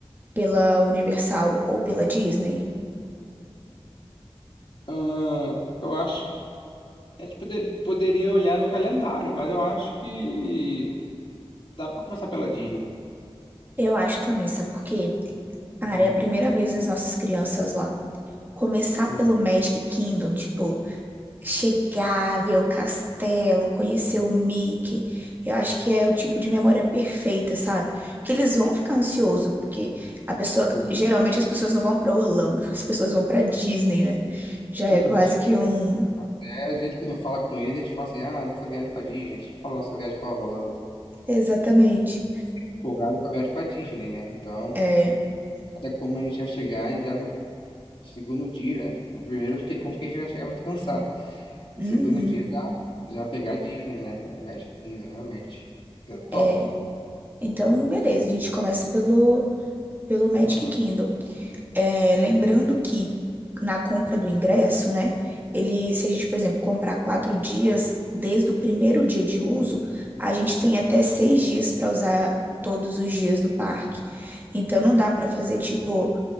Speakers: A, on the right; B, on the left.
A: pela Universal ou pela Disney?
B: Ahn, eu acho que a gente poder- poderia olhar no calendário, mas eu acho que Dá pra começar pela Disney.
A: Eu acho também, sabe por quê? Cara,
B: Aham.
A: é a primeira vez das nossas crianças lá. Começar
B: Sim,
A: pelo Magic Kingdom, tipo, chegar, ver o castelo, conhecer o Mickey. Eu acho que é o tipo de memória perfeita, sabe? Que eles vão ficar ansiosos, porque a pessoa,
B: sim,
A: geralmente as pessoas não vão pra Orlando, <laughs> as pessoas vão pra Disney, né? Já
B: exatamente.
A: é quase que um,
B: Até a gente, quando fala com eles, a gente fala assim, ah, nossa viagem pra Disney. A gente não fala nossa viagem pra Orlando,
A: exatamente.
B: né? Eles ficam empolgados com a viagem pra Disney, né? Então,
A: É,
B: nada como a gente já chegar e já no segundo dia, né? O primeiro não tem como que a gente vai chegar muito cansado. O
A: uhum.
B: segundo dia já, já pegar a Disney, né? A Magic Kingdom, realmente. Eu topo.
A: É. Então, beleza, a gente começa pelo pelo Magic
B: Aham.
A: Kingdom. É, lembrando que na compra do ingresso, né? Ele, se a gente, por exemplo, comprar quatro dias, desde o primeiro dia de uso, a gente tem até seis dias para usar todos os dias do parque. Então não dá para fazer tipo,